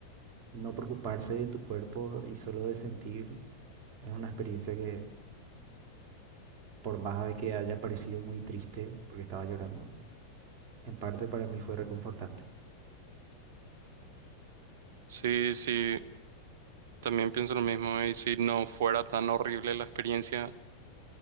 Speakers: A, on the right; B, on the right.
A: no preocuparse de tu cuerpo y solo de sentir. Es una experiencia que, por más de que haya parecido muy triste, porque estaba llorando, en parte para mí fue reconfortante.
B: Sí, sí, también pienso lo mismo. Y si no fuera tan horrible la experiencia